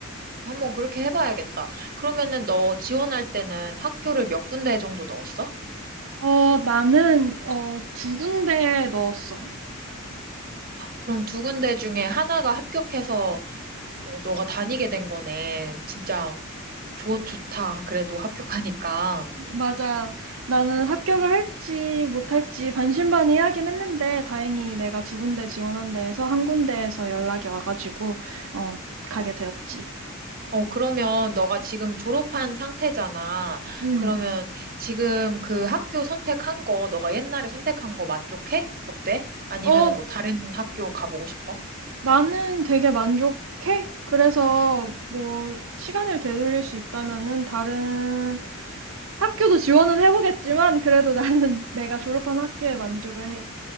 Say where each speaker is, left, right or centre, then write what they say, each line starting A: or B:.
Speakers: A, on the right; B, on the right.
A: 한번 그렇게 해봐야겠다. 그러면은 너 지원할 때는 학교를 몇 군데 정도 넣었어?
B: 어, 나는, 어, 두 군데 넣었어.
A: 그럼 두 군데 중에 하나가 합격해서 어, 너가 다니게 된 거네. 진짜 좋, 좋다. 그래도 합격하니까.
B: 맞아. 나는 합격을 할지 못할지 반신반의하긴 했는데, 다행히 내가 두 군데 지원한 데에서 한 군데에서 연락이 와가지고, 어, 가게 되었지.
A: 어, 그러면 너가 지금 졸업한 상태잖아.
B: 음.
A: 그러면 지금 그 학교 선택한 거, 너가 옛날에 선택한 거 만족해? 어때? 아니면은
B: 어,
A: 뭐 다른 학교 가보고 싶어?
B: 나는 되게 만족해. 그래서, 뭐, 시간을 되돌릴 수 있다면은, 다른 학교도 지원은 해보겠지만, 그래도 나는 <laughs> 내가 졸업한 학교에 만족을 해.